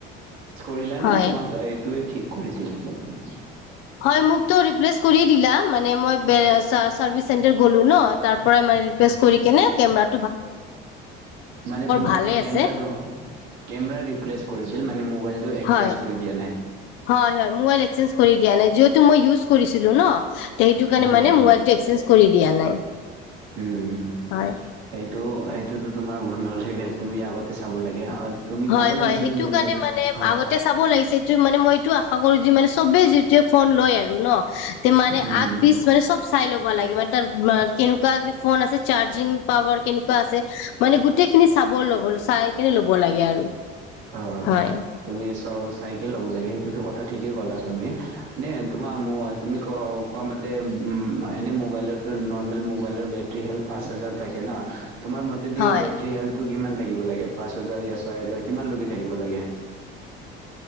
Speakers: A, on the right (about 85°); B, on the left (about 75°).
A: ৰিলা
B: হয়
A: নে, তোমাক এই তুৱে ঠিক কৰি দিলে।
B: হয়। মুক টহ ৰিপ্লেছ কৰিয়ে দিলা, মানে মই <unintelligible> চাৰ্ভিছ চেণ্টাৰ গ'লো ন, তাৰ পৰাই মানে ৰিপ্লেচ কৰিনে কেনে কেমৰা
A: মানে তোমাক
B: ভালে
A: কেমৰাটো,
B: আছে
A: কেমৰা ৰিপ্লেচ কৰি দিল মানে মোবাইলটো এক্সচেঞ্জ
B: হয়।
A: কৰি দিয়া নাই
B: হয় হয়। মবাইল এক্সেঞ্জ কৰি দিয়া নাই, যিহতু মই ইউছ কৰিছিলোঁ ন', সেইটো কাৰনে
A: হয়
B: মানে
A: হয়
B: মবাইলটো এক্সেঞ্জ কৰি দিয়া নাই
A: উম।
B: হয়
A: সেইটো - সেইটোতো তোমাৰ ভুল হ'ল হে - হে - তুমি আগতে চাব লাগে <unintelligible>
B: হয় হয়।
A: লাগিছিলে
B: সেইটো
A: তুমি
B: কাৰণে মানে
A: অ
B: আগতে
A: সাত
B: চাব লাগিছে সিটো মানে মইটো আ আশা কৰো যে মানে চবেই যেতিয়া ফোন লয় আৰু ন', তে' মানে
A: উম
B: আগ পিচ মানে চব চাই ল'ব লাগে মানে তাৰ <unintelligible> কেনেকুৱা কি ফোন আছে চাৰ্জিং পাৱাৰ কেনেকুৱা আছে মানে গোট টেইখিনি চাব লবলৈ চাই কেনে ল'ব লাগে আৰু।
A: অ
B: হয়
A: তুমি ইচ- ত চাইকেল ল'ব লাগে সেইটোতো কথা ঠিকেই ক'লা তুমি এনে তোমাৰ তুমি ক কোৱা মতে এনেই মোবাইলো নৰ্মেল মোবাইলৰ বেটেৰী হেল পাঁচ হাজাৰ থাকে ন তোমাৰ মতে
B: হয়
A: বেটেৰী হেল্থটো কিমান থা থাকিব লাগে পাঁচ পচ হাজাৰ ছয় হাজাৰ কিমান লোগী থাকিব লাগে?